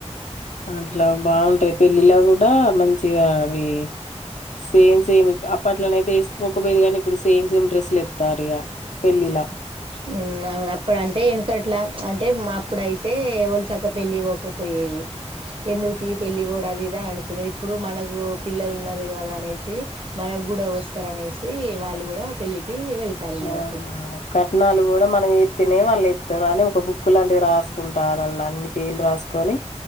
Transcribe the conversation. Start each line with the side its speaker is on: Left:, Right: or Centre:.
Left: ఇంట్లో బాగు టు పెళ్ళిలో కూడా మంచిగా అవి సేమ్ సేమ్ అప్పట్లోనయితే వేసుకోకపోయేది గాని ఇప్పుడు సేమ్ సేమ్ డ్రెస్సులు ఎత్తారు ఇగ పెళ్ళిలా
Right: ఉమ్ అవును అప్పుడ అంటే వెనకట్లా అంటే మా ఇప్పుడైతే వలసక పెళ్ళికి పోకపోయేది ఎందు తీ పెళ్లి పోడ అదిఇదా అను ఇప్పుడు మనకు పిల్లలు ఉన్నారు కదా అనేసి మనకు కూడా వస్తార అనేసి వాళ్ళు కూడా పెళ్ళికి వెళ్తారు అన్నట్టు
Left: ఆ కట్నాలు కూడా మనం ఏతేనే వాళ్ళు ఎత్తారు అని ఒక బుక్కు లాంటివి రాసుకుంటారు అల్లా అన్ని పేర్లు రాస కొనీ